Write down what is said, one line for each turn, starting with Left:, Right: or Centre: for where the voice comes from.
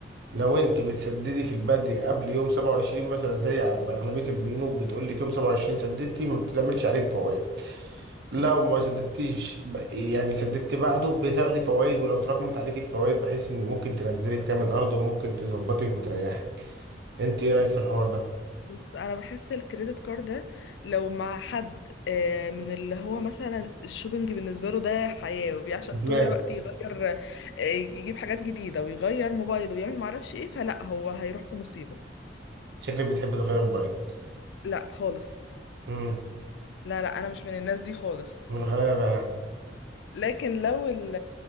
Right: لو انت بتسددي في البدري قبل يوم 27 مثلا زي اغلبيه البنوك بتقول لك يوم 27 سددتي ما بتعملش عليكي فوائد لو
Left: مم.
Right: ما سددتيش ب- يعني سددتي بعده بتاخدي فوائد ولو اتراكمت عليكي الفوائد بحيث ان ممكن تنزلك تمن ارض وممكن تظبطك وتريحي انت ايه رايك في الحوار ده
Left: بص انا بحس الكريدت كارد ده لو مع حد آه، من اللي هو مثلا الشوبينج بالنسبه له ده حياه وبيعشق
Right: ما
Left: طول الوقت يغير آه، يجيب حاجات جديده ويغير موبايله ويعمل معرفش ايه فلا هو هيروح في مصيبه
Right: شكلك بتحب تغير موبايلك
Left: لا خالص
Right: امم
Left: لا لا انا مش من الناس دي خالص
Right: من الغلابه يعني
Left: لكن لو ال